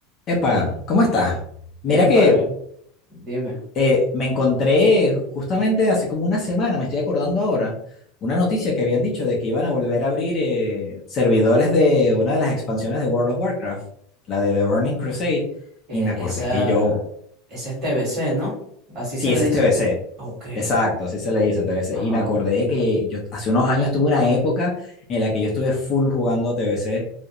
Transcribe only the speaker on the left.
Epa, ¿cómo estás? Mira
que
eh, me encontré justamente hace como una semana, me estoy acordando ahora, una noticia que habían dicho de que iban a volver a abrir eh, servidores de una de las expansiones de World of Warcraft, la de The Burning Crusade,
y me acordé
que yo,
sí,
ese
es TBC,
exacto, así se le dice TBC,
y me acordé que yo hace unos años tuve una época en la que yo estuve full jugando a TBC,